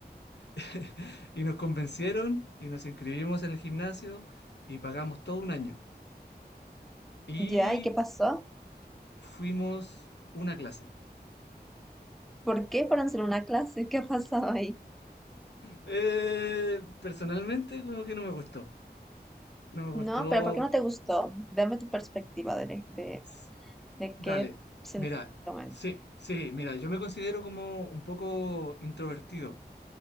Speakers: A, on the left (about 85°); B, in the centre.
A: <laughs> Y nos convencieron y nos inscribimos en el gimnasio y pagamos todo un año. Y
B: ¿Ya? ¿Y qué pasó?
A: fuimos una clase.
B: ¿Por qué fueron solo una clase? ¿Qué ha pasado ahí?
A: Eh, personalmente como que no me gustó. No me gustó.
B: No, pero ¿por qué no te gustó? Dame tu perspectiva de, de,
A: S-
B: de
A: Dale,
B: qué sentiste
A: mira,
B: en este
A: sí, sí, mira, yo me considero como un poco introvertido.